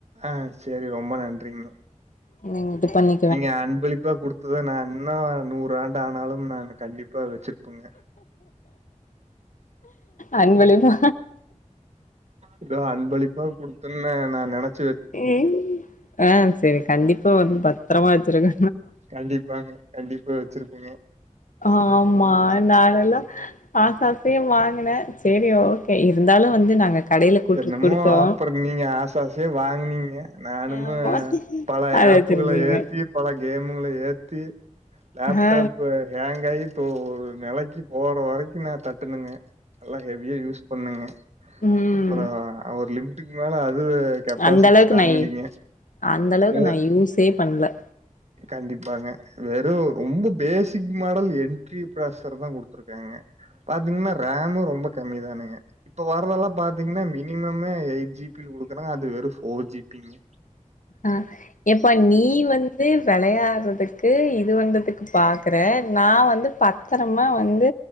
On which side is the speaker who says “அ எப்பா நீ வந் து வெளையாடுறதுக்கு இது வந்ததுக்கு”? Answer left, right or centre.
Left